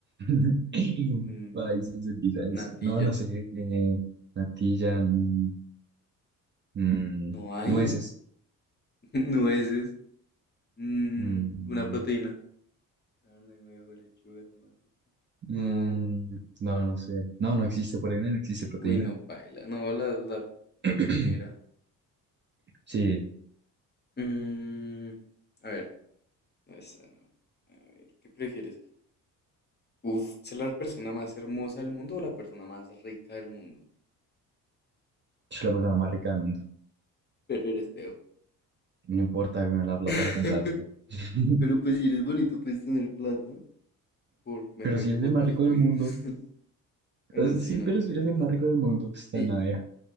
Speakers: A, on the right; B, on the left.
A: <laughs>
B: <laughs> mm,
A: Países, quizás.
B: natilla,
A: No, no sé. Eh, natilla, mm, mm,
B: no hay,
A: nueces.
B: <laughs> nueces, mm,
A: mm,
B: una proteína, carne, huevo, lechuga, tomate,
A: Mm,
B: no,
A: no, no sé. No, no existe proteína, no existe proteína.
B: uy, no, paila, no, la, la, la
A: <clears throat>
B: primera.
A: Sí,
B: Mm, a ver. No, esa no. A ver, ¿qué prefieres? Uf, ¿ser la persona más hermosa del mundo o la persona más rica del mundo?
A: soy la persona más rica del mundo.
B: Pero eres feo.
A: No importa, weón, la plata
B: <laughs>
A: lo compra todo. <laughs>
B: Pero pues si eres bonito, puedes tener plata. Por vender
A: Pero si eres
B: fotos
A: el más rico
B: tuyas.
A: del mundo.
B: <laughs> Bueno,
A: o sea,
B: sí,
A: Sí,
B: no
A: pero
B: necesitas
A: si eres el más
B: nada.
A: rico del mundo, pues está
B: Sí,
A: en la abeja.